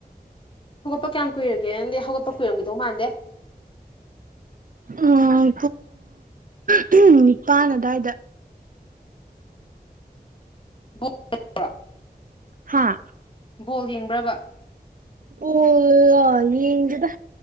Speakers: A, on the left; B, on the right.
A: ꯍꯧꯒꯠꯄ ꯀꯌꯥꯝ ꯀꯨꯏꯔꯒꯦ ꯅꯪꯗꯤ ꯍꯧꯒꯠꯄ ꯀꯨꯏꯔꯝꯈꯤꯗꯧ ꯃꯥꯟꯗꯦ
B: ꯎꯝ ꯄꯨꯡ ꯅꯤꯄꯥꯟ ꯑꯗꯨꯗꯥꯏꯗ
A: <unintelligible>
B: ꯍꯥꯥ
A: ꯕꯣꯜ ꯌꯦꯡꯕ꯭ꯔꯕ
B: ꯕꯣꯜꯂꯣ ꯌꯦꯗ